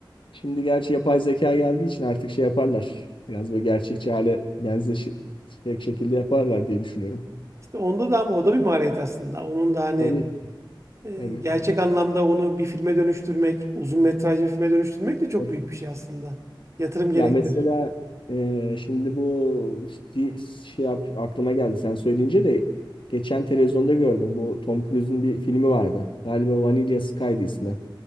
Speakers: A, on the left; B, on the right.
A: Şimdi gerçi yapay zeka geldiği için artık şey yaparlar. Biraz böyle gerçekçi hale benzeşecek şekilde yaparlar diye düşünüyorum.
B: İşte onda da ama o da bir maliyet aslında. Onun da hani
A: Tabii.
B: E,
A: Tabii.
B: gerçek anlamda onu bir filme dönüştürmek, uzun metrajlı bir filme dönüştürmek de çok
A: evet.
B: büyük bir şey aslında. Yatırım gerektirir.
A: Ya mesela e, şimdi bu di- şey yap, aklıma geldi sen söyleyince de geçen televizyonda gördüm bu Tom Cruise'un bir filmi vardı. Galiba Vanilla Sky'dı ismi.